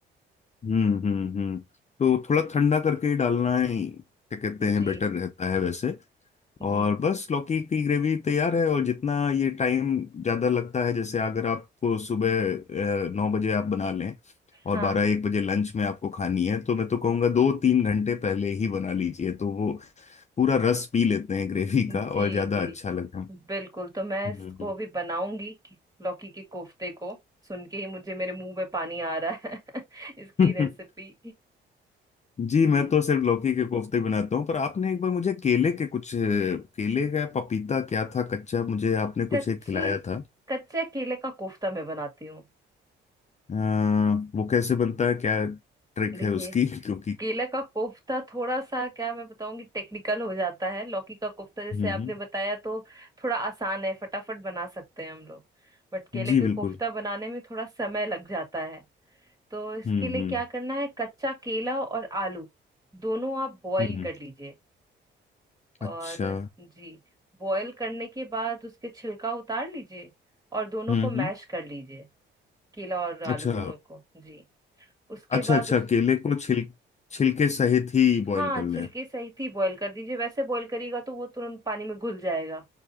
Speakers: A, on the left (about 35°); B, on the right (about 20°).
A: हम्म हम्म हम्म तो थोड़ा ठंडा करके ही डालना ही क्या कहते
B: जी
A: हैं बेटर रहता है वैसे
B: जी
A: और बस लौकी की ग्रेवी तैयार है और जितना ये टाइम ज़्यादा लगता है जैसे अगर आपको सुबह अ, नौ बजे आप बना लें और
B: हाँ
A: बारह एक बजे लंच में आपको खानी है तो मैं तो कहूँगा दो तीन घंटे पहले ही बना लीजिए तो वो पूरा रस पी लेते हैं ग्रेवी
B: जी
A: का और ज़्यादा
B: जी
A: अच्छा लगता है
B: बिल्कुल तो मैं
A: हम्म।
B: इसको अभी बनाऊंगी कि- लौकी के कोफ्ते को सुन के ही मुझे मेरे मुंह में पानी आ रहा है <laughs> इसकी रेसिपी
A: <laughs> जी
B: जी
A: मैं तो सिर्फ लौकी के कोफ्ते बनाता हूँ पर आपने एक बार मुझे केले के कुछ केले का या पपीता क्या था कच्चा मुझे आपने
B: कच्चे
A: कुछ एक खिलाया था
B: कच्चे केले का कोफ्ता मैं बनाती हूँ
A: आ, वो कैसे बनता है क्या ट्रिक
B: देखिए
A: है उसकी <laughs> क्योंकि
B: केले का कोफ्ता थोड़ा सा क्या मैं बताऊंगी टेक्निकल हो जाता है लौकी का कोफ्ता जैसे
A: हम्म
B: आपने
A: हम्म,
B: बताया तो थोड़ा आसान है फटाफट बना सकते हैं हम लोग बट केले
A: जी
B: के
A: बिल्कुल
B: कोफ्ता बनाने में थोड़ा समय लग जाता है तो इसके
A: हम्म
B: लिए
A: हम्म
B: क्या करना है कच्चा केला और आलू दोनों आप बॉईल
A: हम्म
B: कर लीजिए
A: अच्छा
B: और जी बॉईल करने के बाद उसके छिलका उतार लीजिए और दोनों
A: हम्म
B: को मैश
A: हम्म
B: कर लीजिए केला और आलू
A: अच्छा
B: दोनों को जी उसके
A: अच्छा
B: बाद
A: अच्छा
B: उस
A: केले को छिल छिलके सहित ही बॉईल
B: हाँ
A: कर लें
B: छिलके सहित ही बॉईल कर दीजिए वैसे बॉईल करिएगा तो वो तुरंत पानी में घुल जाएगा